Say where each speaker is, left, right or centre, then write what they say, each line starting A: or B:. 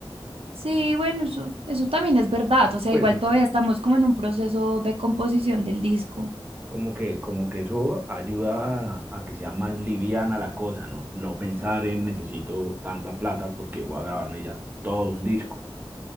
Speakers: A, on the right; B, on the right.
A: Sí, bueno, eso, eso también es verdad. O sea,
B: pues
A: igual todavía estamos como en un proceso de composición del disco.
B: Como que, como que eso ayuda a, a que sea más liviana la cosa, ¿no? No pensar en necesito tanta plata porque voy a grabarme ya todo un disco.